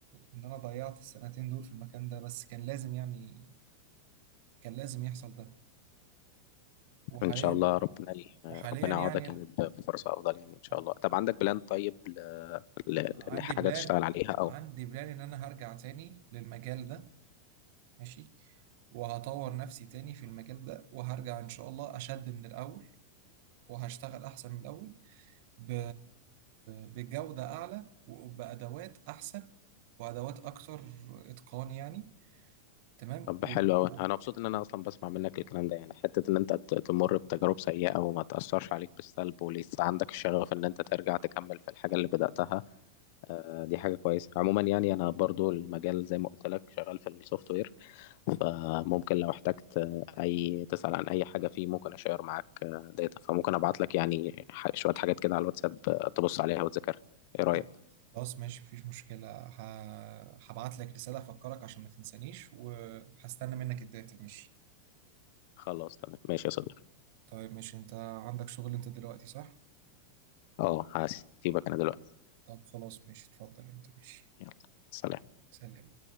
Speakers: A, on the right (about 60°); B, on the left (about 60°).
A: إن أنا ضيعت السنتين دول في المكان ده بس كان لازم يعني كان لازم يحصل ده وحاليا
B: ان شاء الله ربنا ي...
A: وحاليا
B: ربنا
A: يعني
B: يعوضك يعني ب- بفرصه افضل يعني ان شاء
A: آه،
B: الله طب عندك بلان طيب ل... ل...
A: عندي
B: لحاجه
A: بلان
B: تشتغل عليها او
A: عندي بلان ان انا هرجع تاني للمجال ده ماشي وهطور نفسي تاني في المجال ده وهرجع ان شاء الله اشد من الاول وهشتغل احسن من الاول ب... بجودة اعلى وبادوات احسن وادوات اكتر اتقان يعني تمام
B: طب
A: وب...
B: حلو قوي
A: و...
B: انا مبسوط ان انا اصلا بسمع منك الكلام ده يعني حته ان انت ت- تمر بتجارب سيئه وما تاثرش عليك بالسلب ولسه عندك الشغف ان انت ترجع تكمل في الحاجه اللي بداتها آه، دي حاجه كويسه عموما يعني انا برضو المجال زي ما قلت لك شغال في السوفت وير فممكن لو احتجت اي تسأل عن اي حاجة فيه ممكن اشير معاك داتا فممكن ابعت لك يعني ح- شوية حاجات كده على الواتساب تبص عليها وتذاكرها ايه رأيك
A: آه، خلاص ماشي مفيش مشكلة ه... هبعت لك رسالة افكرك عشان ما تنسانيش وهستنى منك الداتا ماشي
B: خلاص تمام ماشي يا صديقي
A: طيب مش انت عندك شغل انت دلوقتي صح؟
B: اه هسيبك انا دلوقتي
A: طب خلاص ماشي اتفضل انت ماشي
B: يلا سلام
A: سلام